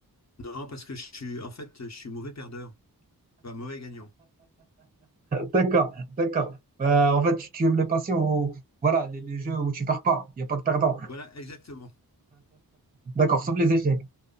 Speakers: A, on the left (about 45°); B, on the right (about 25°).
A: non, parce que je suis, en fait, je suis mauvais perdeur, enfin mauvais gagnant.
B: D'accord, d'accord. Euh, en fait, tu, tu aimes les passions où, voilà, les, les jeux où tu perds pas. Il n'y a pas de perdant.
A: Voilà, exactement.
B: D'accord, sauf les échecs.